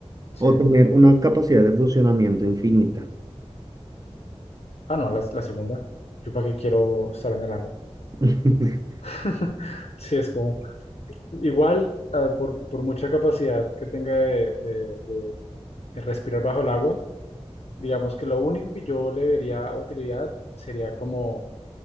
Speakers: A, on the left; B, on the right.
A: Sí.
B: o tener una capacidad de funcionamiento infinita?
A: Ah, no, la, la segunda. Yo para qué quiero estar en el agua.
B: <laughs>
A: <laughs> Sí, es como... Igual, ah, por, por mucha capacidad que tenga de, de- de respirar bajo el agua, digamos que lo único que yo le vería utilidad sería como